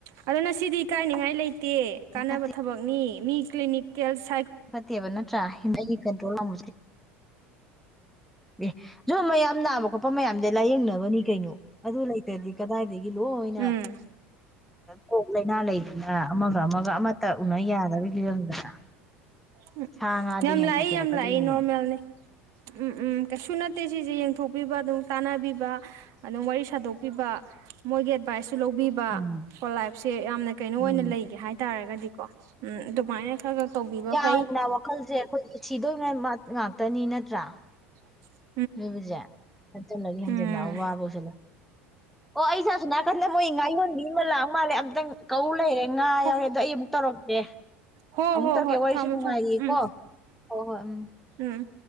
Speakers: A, on the right (about 50°); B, in the centre.
A: ꯑꯗꯨꯅ ꯁꯤꯗꯤ ꯏꯀꯥꯏꯅꯤꯉꯥꯏ ꯂꯩ꯫ ꯇꯦ ꯀꯥꯟꯅꯕ
B: ꯐꯠꯇꯦ
A: ꯊꯕꯛꯅꯤ ꯃꯤ ꯀ꯭ꯂꯤꯅꯤꯛ ꯀꯦꯜꯁꯤ
B: ꯐꯠꯇꯦꯕ ꯅꯠꯇ꯭ꯔꯥ ꯍꯤꯟꯒꯤ ꯀꯟꯇ꯭ꯔꯣꯜ ꯎꯝ ꯑꯦ ꯁꯨ ꯃꯌꯥꯝꯅꯕ꯫ ꯃꯌꯥꯝꯁꯦ ꯂꯥꯏꯌꯦꯡꯅꯕꯅꯤ ꯀꯩꯅꯣ ꯑꯗꯨ ꯂꯩꯇ꯭ꯔꯗꯤ ꯀꯗꯥꯏꯗꯒꯤ ꯂꯣꯏꯅ꯫
A: ꯎꯝ
B: ꯀꯣꯛ ꯂꯩꯥꯏꯅꯥ ꯂꯩꯔꯤꯅ ꯑꯃꯒ ꯑꯃꯒ ꯑꯃꯇ ꯎꯅ ꯌꯥꯔꯣꯏ ꯐꯤꯕꯝꯗ
A: ꯎꯝ
B: ꯁꯥ ꯉꯥꯗꯤ
A: ꯌꯥꯝ
B: ꯍꯦꯟꯅ
A: ꯂꯥꯛꯏ
B: ꯁꯥꯊꯤꯔꯛꯀꯗꯣꯏꯅꯤꯅꯦ
A: ꯌꯥꯝ ꯂꯥꯛꯏ ꯅꯣꯔꯃꯦꯜꯅꯤ ꯎꯝ ꯎꯝ ꯀꯩꯁꯨ ꯅꯠꯇꯦ꯫ ꯐꯠꯇꯦ ꯁꯤꯁꯦ ꯌꯦꯡꯊꯣꯛꯄꯤꯕ ꯑꯗꯨꯝ ꯇꯥꯟꯅꯕꯤꯕ ꯑꯗꯨꯝ ꯋꯥꯔꯤ ꯁꯥꯗꯣꯛꯄꯤꯕ ꯃꯣꯏꯒꯤ ꯑꯦꯗꯚꯥꯏꯁ꯫ ꯁꯨ ꯂꯧꯕꯤꯕ
B: ꯎꯝ
A: ꯀꯣ ꯂꯥꯏꯞꯁꯦ ꯌꯥꯝꯅ ꯀꯩꯅꯣ ꯑꯣꯏꯅ
B: ꯎꯝ
A: ꯂꯩꯒꯦ ꯍꯥꯏꯇꯥꯔꯒꯗꯤ ꯀꯣ ꯎꯝ ꯑꯗꯨꯃꯥꯏꯅ ꯈꯔ ꯈꯔ ꯇꯧꯕꯤꯕ ꯐꯩ
B: ꯍꯥꯡꯅ ꯋꯥꯈꯜꯁꯦ ꯑꯩꯈꯣꯏ ꯁꯤꯗꯣꯏꯕ ꯉꯥꯛꯇꯅꯤ ꯅꯠꯇ꯭ꯔꯥ
A: <inaudible>
B: ꯃꯤꯁꯦ ꯐꯠꯇꯅ ꯍꯦꯟꯖꯥꯜꯅ
A: ꯎꯝ
B: ꯑꯋꯥꯕ ꯑꯣꯏꯁꯥꯜꯂꯥ ꯑꯣ ꯑꯩꯁꯦ ꯑꯁꯣꯝꯀꯟꯗ ꯃꯣꯏ ꯉꯥ ꯌꯣꯟꯕꯤ ꯑꯃ ꯂꯛ꯫ ꯃꯥꯜꯂꯦ ꯑꯝꯇꯪ ꯀꯧꯂꯩꯔꯦ ꯉꯥ
A: ꯍꯣ
B: ꯌꯥꯎꯔꯦ ꯑꯗꯣ ꯑꯩ ꯑꯃꯨꯛ ꯇꯧꯔꯛꯀꯦ
A: ꯍꯣ
B: ꯑꯃꯨꯛ
A: ꯍꯣ
B: ꯇꯧꯔꯛꯀꯦ
A: ꯍꯣꯏ
B: ꯋꯥꯔꯤꯁꯨ
A: ꯊꯝꯃꯣ
B: ꯅꯨꯡꯉꯥꯏꯌꯦꯀꯣ
A: ꯊꯝꯃꯣ ꯎꯝ
B: ꯍꯣꯏ ꯍꯣꯏ ꯎꯝ
A: ꯎꯝ